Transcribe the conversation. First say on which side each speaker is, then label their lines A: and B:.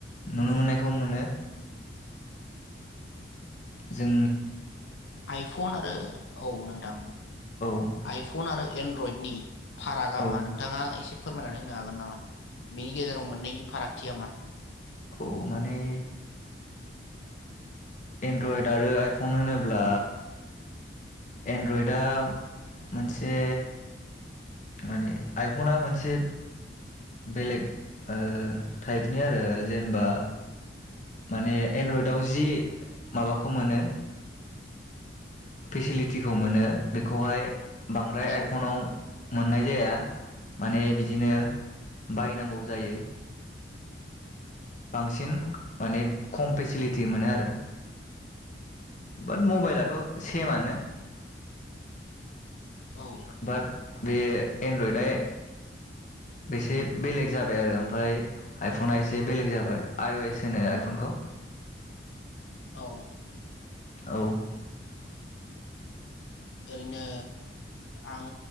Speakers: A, on the left; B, on the left.
A: नुनो मोननायखौ मोनो। जों
B: आइफन आरो औ नों दां
A: औ
B: आइफन आरो एनड्रइडनि फारागा
A: औ
B: मा नोंथाङा एसे फोरमायनानै होनो हागोन नामा बिनि गेजेराव मोननैनि फारागथिया मा?
A: औ माने एन्ड्रयड आरो आइ फन होनोब्ला एन्ड्रइडआ मोनसे माने आइफना मोनसे बेलेग ओ टाइपनि आरो जेनबा माने एनड्रयडआव जि माबाखौ मोनो फेसिलिटिखौ मोनो बेखौहाय बांद्राय
B: औ
A: आइफनाव मोननाय जाया माने बिदिनो बायनांगौ जायो। बांसिन
B: औ
A: माने खम फेसिलि मोनो आरो बाट मबाइलाथ' सेमानो।
B: औ
A: बाट बे एनड्रयडआ बेसे बेलेग जाबाय आरो ओमफ्राय आइफना एसे बेलेग जाबाय आइअ एस होनो आइफनखौ।
B: औ।
A: औ।
B: ओरैनो आं